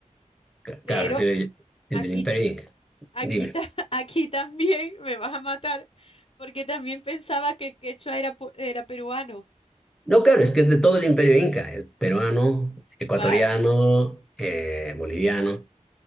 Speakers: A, in the centre; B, on the left.
A: c-
B: pero
A: claro, es el, el
B: aquí,
A: del Imperio Inca.
B: aquí,
A: Dime.
B: ta- <laughs> aquí también me vas a matar, porque también pensaba que el quechua era, pu- era peruano.
A: No, claro, es que es de todo el Imperio Inca, es peruano, ecuatoriano,
B: Vale,
A: eh, boliviano.